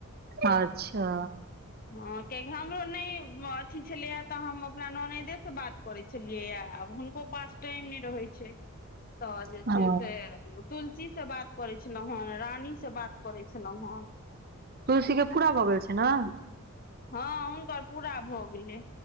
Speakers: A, on the right; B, on the left.
A: अच्छा।
B: हँ कियाकि हमरो नहि अथि छलैए तऽ हम अपना ननैदे से बात करैत छी। छलियैए, आब हुनको पास टाइम नहि रहैत छै। तऽ जे
A: ओ
B: छै से तुलसी से बात करैत छलहुँ हेँ, रानी से बात करैत छलहुँ हेँ।
A: तुलसी के पूरा बगल छै ने।
B: हँ हुनकर पूरा भऽ गेलै।